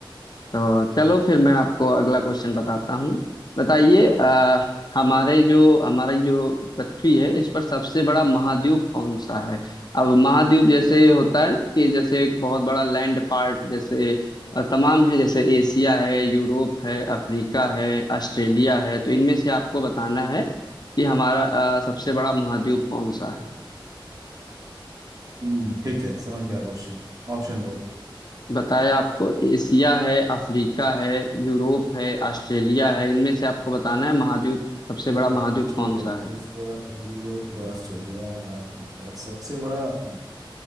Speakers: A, on the left (about 50°); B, on the right (about 45°).
A: तो चलो फिर मैं आपको अगला क्वेश्चन बताता हूँ बताइए अ, हमारे जो हमारी जो पृथ्वी है इस पर सबसे बड़ा महाद्वीप कौन सा है अब महाद्वीप जैसे होता है ना कि जैसे एक बहुत बड़ा लैंड पार्ट जैसे अ, तमाम है जैसे एशिया है यूरोप है अफ्रीका है ऑस्ट्रेलिया है तो इनमें से आपको बताना है कि हमारा अ, सबसे बड़ा महाद्वीप कौन सा है
B: हम्म ठीक है समझ गया क्वेश्चन ऑप्शन दो
A: बताया आपको एशिया है अफ्रीका है यूरोप है ऑस्ट्रेलिया है इनमें से आपको बताना है महाद्वीप सबसे
B: अच्छा
A: बड़ा
B: अच्छा
A: महाद्वीप
B: ठीक
A: कौन
B: है
A: सा है
B: एशिया यूरोप ऑस्ट्रेलिया अफ्रीका सबसे बड़ा अ,